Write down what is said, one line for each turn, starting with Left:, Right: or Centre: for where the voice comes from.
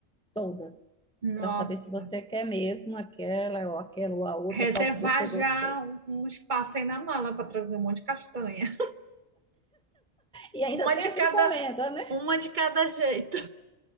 Centre: todas,
Right: nossa.
Centre: para saber se você quer mesmo aquela ou aquela ou a outra,
Right: Reservar
Centre: qual que você
Right: já
Centre: gostou.
Right: um um espaço aí na mala para trazer um monte de castanha.
Centre: E ainda
Right: Uma
Centre: tem
Right: de
Centre: essa
Right: cada,
Centre: encomenda, né?
Right: uma de cada jeito,